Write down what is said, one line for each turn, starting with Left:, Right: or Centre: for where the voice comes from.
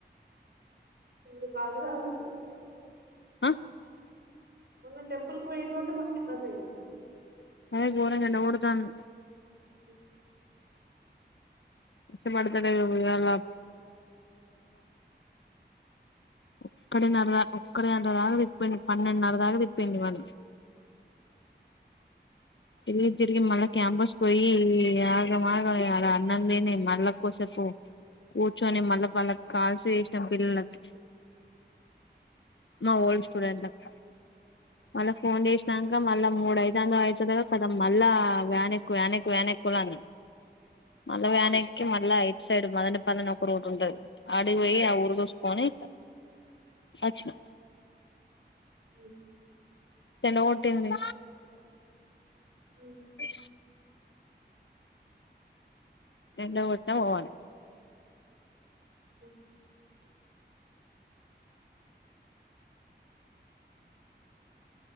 Right: ఫుల్లు కాలు కాలిని
Left: అ
Right: మొన్న టెంపుల్ పోయిన రోజే మస్తు ఇబ్బంది అయింది
Left: అదే ఘోరంగా ఎండ కొడతాంది
Right: మ్
Left: ఇష్టపడతదే గా ఉయ్యాలా ఒక్కటిన్నరా ఒక్కడే అంతా దాకా తిప్పిండు పన్నెండున్నర దాకా తిప్పిండు ఇవాళే తిరిగి తిరిగి మళ్ళా క్యాంపస్ పోయి ఆగమాగా అయి ఆడ అన్నం తిని మళ్ళా కుసేపు కూర్చొని మళ్ళా వాళ్ళ కాల్స్ చేస్నం పిల్లలకి మా ఓల్డ్ స్టూడెంట్లకు మళ్ళా ఫోన్ చేసినాక మళ్ళా మూడు అయితందో అయితలేదో కదా మళ్ళ వ్యాన్ ఎక్కు వ్యాను ఎక్కు వ్యాన్ ఎక్కు అన్నది మళ్ళ వ్యాన్ ఎక్కి మ మళ్ళ ఇట్ సైడ్ మదన పల్లెనా ఒక రోడ్ ఉంటది అడికి పోయి ఆ ఊరు చూసుకుని అచ్చిన
Right: ఉహు
Left: చెల్లె కొట్టింది
Right: మ్
Left: వి ఎండ గొట్టిన పోవాలె
Right: మ్ హు